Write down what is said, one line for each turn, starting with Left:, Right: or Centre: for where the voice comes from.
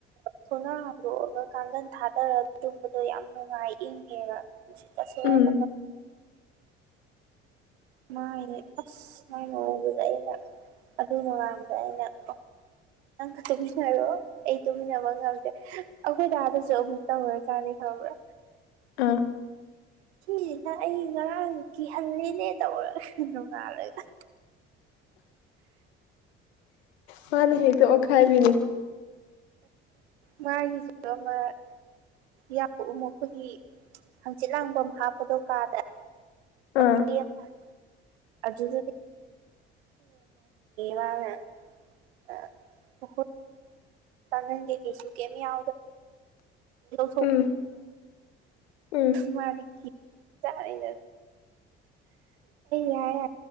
Right: ꯊꯣꯡꯅꯥ ꯍꯥꯥꯡꯗꯣꯛꯑꯒ ꯀꯥꯡꯒꯟ ꯊꯥꯗꯔꯒ ꯇꯨꯝꯕꯗꯣ ꯌꯥꯝ ꯅꯨꯡꯉꯥꯏ ꯏꯪꯉꯦꯕ ꯁꯤ ꯇꯁꯤꯦꯡ
Left: ꯎꯝ
Right: ꯃꯥꯥꯏ ꯑꯁ ꯃꯥꯏ ꯃꯑꯣꯡꯗꯨꯗ ꯑꯩꯅ ꯑꯗꯨ ꯅꯉꯥꯟꯕꯗ ꯑꯩꯅ ꯅꯪꯒ ꯇꯨꯃꯤꯟꯅꯔꯣ ꯑꯩ ꯇꯨꯃꯤꯟꯅꯕ ꯉꯝꯗꯦ ꯑꯩꯈꯣꯏ ꯗꯥꯥꯗꯁꯨ ꯑꯃꯨꯛ ꯇꯧꯔ ꯆꯥꯅꯤ ꯈꯕ꯭ꯔꯥ
Left: ꯑꯥ
Right: ꯁꯤꯁꯤꯅ ꯑꯩ ꯉꯔꯥꯡ ꯀꯤꯍꯜꯂꯤꯅꯦ ꯇꯧꯔꯒ ꯅꯣꯡꯉꯥꯜꯂꯒ
Left: ꯃꯥꯅꯦ ꯍꯦ ꯇ ꯑꯣ ꯈꯥꯏꯕꯤꯅꯤ
Right: ꯃꯥꯒꯤꯁꯨ ꯑꯃ ꯌꯥꯎ ꯑꯩꯈꯣꯏꯒꯤ ꯍꯪꯆꯤꯠ ꯂꯥꯡꯐꯝꯝ ꯍꯥꯞꯄꯗꯣ ꯀꯥꯗ
Left: ꯑꯥ
Right: ꯆ ꯑꯗꯨꯃꯦ ꯋꯥꯅꯦ ꯑ ꯎꯈ ꯄꯉ ꯀꯦ ꯀꯁꯨ ꯀꯃꯤꯗ ꯁ
Left: ꯎꯝ ꯎꯝ
Right: ꯃꯥ ꯆ ꯑꯩ ꯌꯥ ꯌꯥ